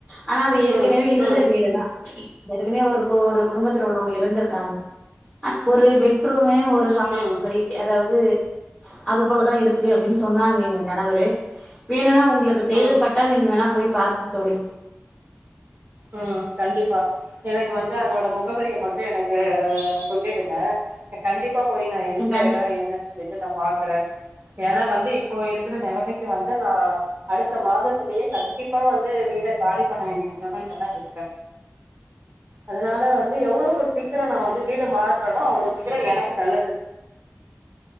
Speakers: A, in the centre; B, on the right.
A: ஆனா அது ஏற்கனவே
B: ம்
A: இருந்த
B: ம்
A: வீடு தான் ஏற்கனவே ஒரு கு ஒரு குடும்பத்துல உள்ளவங்க இருந்திருக்காங்க அ பெட்ரூமு ஒரு ஹால்,
B: ம்
A: அந்த மாதிரி அதாவது அது போலதான் இருக்கு அப்டின்னு சொன்னாங்க எங்க கணவரு வேணும்னா உங் ங்களுக்கு தேவைப்பட்டால்
B: ம்
A: நீங்க வேணா போய் பாருங்க தோழி
B: ம் கண்டிப்பா எனக்கு வந்து அதோட முகவரிய மட்டும் எனக்கு சொல்லிடுங்க, நா கண்டிப் ப்பா போய், நா எந்த
A: ம் கண்
B: இடம் என்னன்னு சொல்லி நா பாக்குறே ஏன்னா வந்து இப்போ இருக்கிற நிலைமைக்கு வந்து நா அடுத்த மாதத்திலயே கண்டிப்பா வந்து வீட காலி பண்ண வேண்டிய நிலமல தா இருக்க, அதனால வந்து எவ்ளவு சீக்கிரம் நா வந்து வீடு மாறுறேனோ, அவ்ளோ சீக்கிரம் எனக்கு நல்லது